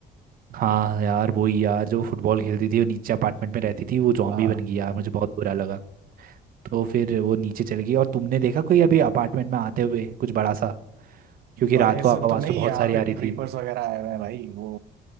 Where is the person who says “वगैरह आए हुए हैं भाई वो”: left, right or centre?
Right